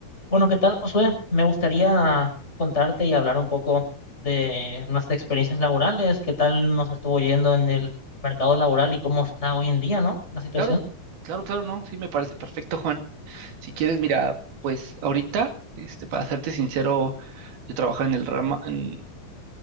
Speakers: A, on the left; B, on the right.
A: Bueno, ¿qué tal, Josué? Me gustaría contarte y hablar un poco de nuestras experiencias laborales, qué tal nos estuvo yendo en el mercado laboral y cómo está hoy en día, ¿no? La situación
B: Claro, claro, claro, no, sí me parece perfecto, Juan. Si quieres, mira, pues ahorita, este, para serte sincero, yo trabajo en el rama, en-